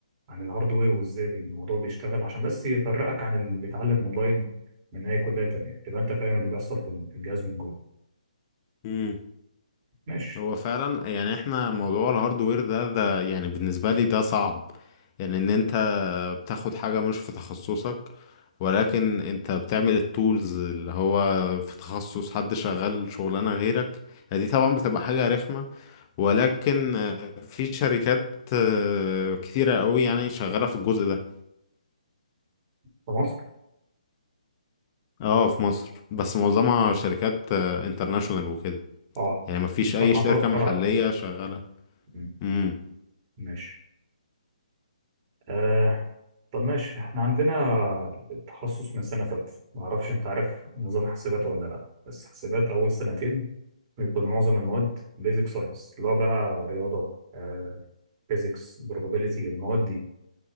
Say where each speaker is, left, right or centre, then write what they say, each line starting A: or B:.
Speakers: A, on the right; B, on the left.
A: عن الهاردوير وازاي الموضوع بيشتغل عشان بس يفرقك عن اللي بيتعلم اونلاين من اي كليه تانية تبقى انت فاهم اللي بيحصل في في الجهاز من جوه
B: امم
A: ماشي
B: هو فعلا يعني احنا موضوع الهاردوير ده ده يعني بالنسبة لي ده صعب يعني ان انت بتاخد حاجة مش في تخصصك ولكن انت بتعمل التولز اللي هو في تخصص حد شغال شغلانة غيرك يعني دي طبعا بتبقى حاجة رخمة ولكن
A: اه
B: آه، في شركات آه، كتيرة قوي يعني شغالة في الجزء ده
A: في مصر
B: اه في مصر بس معظمها شركات انترناشونال وكده
A: اه
B: يعني ما فيش اي
A: فاتحه
B: شركة
A: فر-
B: محلية
A: فرع في مصر
B: شغالة
A: مم.
B: امم
A: ماشي آه طب ماشي احنا عندنا التخصص من سنه ثالثه ما اعرفش انت عارف نظام حاسبات ولا لا بس حاسبات اول سنتين بيكون معظم المواد بيزك ساينس اللي هو بقى رياضه آه فيزيكس probability المواد دي